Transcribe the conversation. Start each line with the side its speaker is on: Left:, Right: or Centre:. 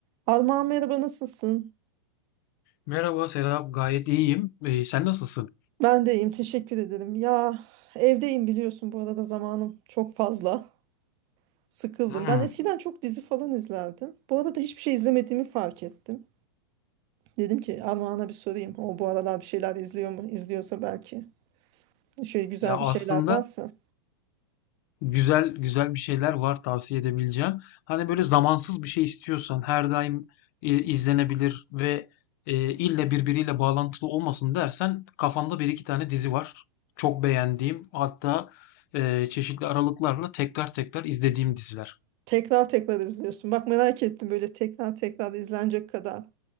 Right: Alman merhaba nasılsın?
Left: Merhaba Serap, gayet iyiyim. Ee, sen nasılsın?
Right: Ben de iyiyim teşekkür ederim. Ya evdeyim biliyorsun bu arada zamanım çok fazla. Sıkıldım.
Left: Hmm.
Right: Ben eskiden çok dizi falan izlerdim. Bu arada hiçbir şey izlemediğimi fark ettim. Dedim ki Armağan'a bir sorayım. O bu aralar bir şeyler izliyor mu? İzliyorsa belki. Şöyle güzel
Left: Ya aslında
Right: bir şeyler varsa.
Left: güzel güzel bir şeyler var tavsiye edebileceğim. Hani böyle zamansız bir şey istiyorsan her daim e, izlenebilir ve e, ille birbiriyle bağlantılı olmasın dersen kafamda bir iki tane dizi var. Çok beğendiğim hatta e, çeşitli aralıklarla tekrar tekrar izlediğim diziler.
Right: Tekrar tekrar izliyorsun. Bak merak ettim böyle tekrar tekrar izlenecek kadar